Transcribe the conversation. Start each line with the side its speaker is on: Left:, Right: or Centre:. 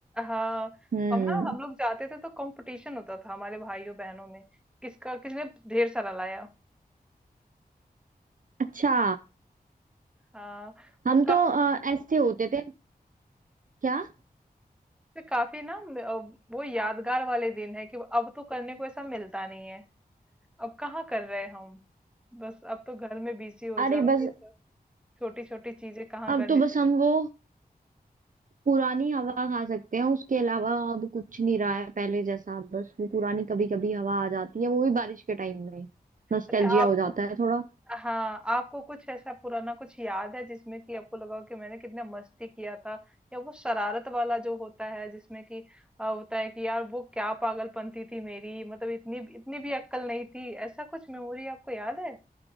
Centre: हाँ
Right: हम्म
Centre: हम ना हम लोग जाते थे तो कंपटीशन होता था हमारे भाइयों बहनों में किसका किसने ढेर सारा लाया
Right: अच्छा
Centre: हाँ
Right: हम
Centre: वो काफी
Right: तो अ, ऐसे होते थे क्या
Centre: काफी ना म- अ, वो यादगार वाले दिन है कि अब तो करने को ऐसा मिलता नहीं है अब कहाँ कर रहे हैं हम बस अब तो घर में बिजी हो
Right: अरे
Centre: जाओ
Right: बस
Centre: ये सब छोटी छोटी चीजें कहाँ
Right: अब
Centre: करने
Right: तो बस
Centre: को मिल
Right: हम वो पुरानी हवा खा सकते हैं उसके अलावा अब कुछ नहीं रहा है पहले जैसा बस वो पुरानी कभी कभी हवा आ जाती है वो भी बारिश के टाइम में नॉस्टैल्जिया
Centre: अच्छा आपको
Right: हो जाता है थोड़ा
Centre: हाँ आपको कुछ ऐसा पुराना कुछ याद है जिसमें कि आपको लगा हो कि मैंने कितना मस्ती किया था या वो शरारत वाला जो होता है जिसमें कि अ, होता है कि यार वो क्या पागलपंती थी मेरी मतलब इतनी इतनी भी अक्कल नहीं थी ऐसा कुछ मेमोरी आपको याद है